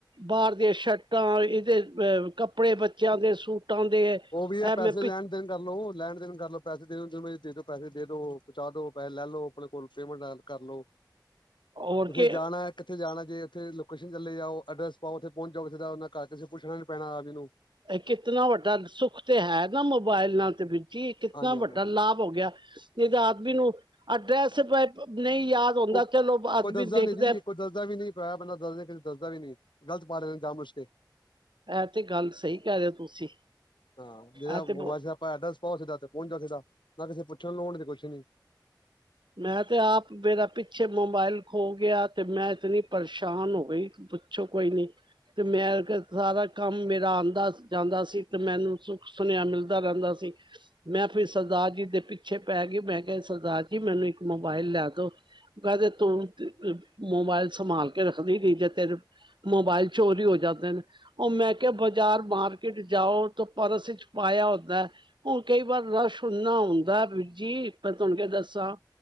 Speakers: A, on the right; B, on the left.
A: ਬਾਰ ਦੀਆਂ ਸ਼ਰਟਾਂ ਏਦੇ ਅਹ ਕੱਪੜੇ ਬੱਚੇਆਂ ਦੇ ਸੂਟਾਂ ਦੇ
B: ਓ ਵੀ ਏ
A: ਐਵੇਂ
B: ਪੈਸੇ ਲੈਨ-ਦੇਨ ਕਰਲੋ ਲੈਨ-ਦੇਨ ਕਰਲੋ ਪੈਸੇ ਦੇਦੋ ਜਿਵੇਂ ਦੇਦੋ ਪੈਸੇ ਦੇ ਦੋ ਪਚਾਦੋ ਪੈਸੇ ਲੈ ਲੋ ਆਪਨੇ ਕੋਲ ਪੇਮੈਂਟ ਐਡ ਕਰਲੋ।
A: ਔਰ
B: ਕਿਥੇ
A: ਕੇ
B: ਜਾਨਾ ਕਿਥੇ ਜਾਨਾ ਜੇ ਓਥੇ ਲੋਕੇਸ਼ਨ ਚੱਲੇ ਜਾਓ ਅਡਰੈਸ ਪਾਓ ਓਥੇ ਪੌਂਚ ਜਾਓ ਕਿਸੇ ਦਾ ਓਨਾਂ ਘਰ ਕਿਸੇ ਅਸੀਂ ਪੁੱਛਨਾ ਨੀ ਪੈਨਾ ਆਪ ਜੀ ਨੂੰ।
A: ਏ ਕਿਤਨਾ ਵੱਡਾ ਸੁੱਖ ਤੇ ਹੈ ਨਾ ਮੋਬਾਇਲਾਂ ਤੇ ਵਿ ਕੀ ਕਿਤਨਾ
B: ਹਾਂਜੀ ਹਾਂਜੀ
A: ਵੱਡਾ
B: ਹਾਂਜੀ
A: ਲਾਭ ਹੋ ਗੇਆ, ਜਦ ਆਦਮੀ ਨੂੰ ਅਡਰੈਸ ਭਾਏਂ ਨਈਂ ਯਾਦ ਹੁੰਦਾ
B: ਕੋਈ-ਕੋਈ
A: ਚਲੋ ਆਦਮੀ
B: ਦੱਸਦਾ
A: ਦੇਖਦਾ
B: ਨੀ ਜੀ ਕੋਈ ਦੱਸਦਾ ਵੀ ਨੀ। ਐ ਬੰਦਾ ਦੱਸਦੇ ਦੱਸਦਾ ਵੀ ਨੀ ਗਲਤ ਪਾ ਲੈਨੇ ਆਂ ਜਾਨ ਬੁਜਕੇ।
A: ਐ ਤੇ ਗੱਲ ਸਈ ਕੈ ਰਏ ਓਂ ਤੁਸੀਂ,
B: ਹਾਂ ਜਿਹੜਾ
A: ਐ
B: ਮੋਬਾਇਲ
A: ਤੇ ਬਹੁ
B: ਐਡਰੈਸ ਪਾਓ ਸਿੱਦਾ ਤੇ ਪੌਂਚ ਜਾਓ ਸਿੱਦਾ, ਨਾ ਕਿਸੇ ਪੁੱਛਨ ਦੀ ਲੋੜ ਨਾ ਕੁਛ ਨੀ।
A: ਮੈਂ ਤੇ ਆਪ ਮੇਰਾ ਪਿੱਛੇ ਮੋਬਾਇਲ ਖੋ ਗੇਆ ਤੇ ਮੈਂ ਇਤਨੀ ਪਰੇਸ਼ਾਨ ਹੋ ਗਈ। ਪੁੱਛੋ ਕੋਈ ਨੀ ਤੇ ਮੈਂ ਅਗਰ ਸਾਰਾ ਕੰਮ ਮੇਰਾ ਆਂਦਾ ਜਾਂਦਾ ਸੀ ਤੇ ਮੈਨੂੰ ਸੁੱਖ ਸੁਨੇਆ ਮਿਲਦਾ ਰੈਂਦਾ ਸੀ। ਮੈਂ ਫਿਰ ਸਰਦਾਰ ਜੀ ਦੇ ਪਿੱਛੇ ਪੈ ਗੀ ਮੈਂ ਕਿਆ ਸਰਦਾਰ ਜੀ ਮੈਨੂੰ ਇੱਕ ਮੋਬਾਇਲ ਲੈ ਦੋ, ਕੈਂਦੇ ਤੂੰ ਅ ਮੋਬਾਇਲ ਸੰਭਾਲ ਕੇ ਰੱਖਦੀ ਗੀ ਤੇ ਤੇਰੇ ਮੋਬਾਇਲ ਚੋਰੀ ਹੋ ਜਾਂਦੇ ਨੇ ਓ ਮੈਂ ਕਿਆ ਬਾਜ਼ਾਰ, ਮਾਰਕਿਟ ਜਾਓ ਤੇ ਪਰਸ ਚ ਪਾਇਆ ਹੁੰਦਾ। ਹੁਣ ਕਈ ਵਾਰ ਰਸ਼ ਇੰਨਾ ਹੁੰਦਾ ਬੀਰ ਜੀ, ਮੈਂ ਤੁਹਾਨੂੰ ਕੀ ਦੱਸਾਂ।